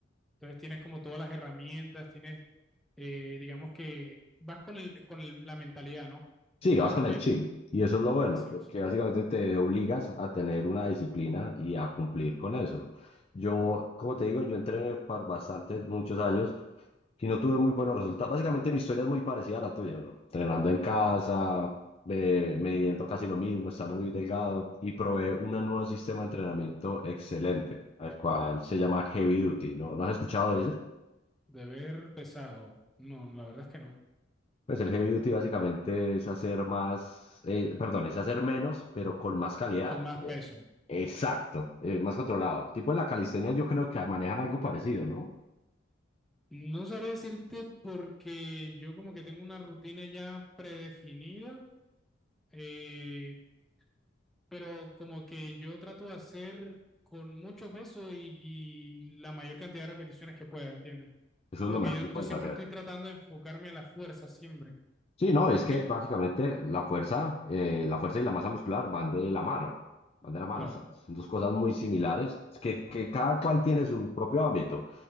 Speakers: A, in the centre; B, on the left.
A: entonces tienes como todas las herramientas, tienes, eh, digamos que vas con, el, con el- la mentalidad, ¿no?
B: Sí,
A: A Eso
B: vas
A: me refiero,
B: con el chip. Y eso es lo bueno,
A: así
B: porque
A: es.
B: básicamente te obligas a tener una disciplina y a cumplir con eso. Yo, como te digo, yo entrené por bastantes, muchos años y no tuve muy buenos resultados. Básicamente mi historia es muy parecida a la tuya, ¿no? Entrenando en casa, me, midiendo casi lo mismo, estando muy delgado y probé un nuevo sistema de entrenamiento excelente, al cual se llama Heavy Duty, ¿no? ¿No has escuchado de ese?
A: Deber pesado, no, la verdad es que no,
B: Pues el heavy duty básicamente es hacer más, eh, perdón, es hacer menos, pero con más calidad.
A: con más
B: Eh,
A: peso.
B: Exacto, eh, más controlado. Tipo en la calistenia yo creo que manejan algo parecido, ¿no?
A: No sabría decirte porque yo como que tengo una rutina ya predefinida eh, pero como que yo trato de hacer con mucho peso y, y la mayor cantidad de repeticiones que pueda, ¿entiendes?
B: Eso
A: Como
B: es lo mejor
A: que
B: que
A: yo,
B: puedes
A: yo siempre
B: hacer.
A: estoy tratando de enfocarme a la fuerza, siempre,
B: Sí, no, es
A: más
B: que
A: que,
B: básicamente la fuerza, eh, la fuerza y la masa muscular van de la mano, van de la mano,
A: claro,
B: o sea, son dos cosas muy similares, es que, que cada cual tiene su propio ámbito,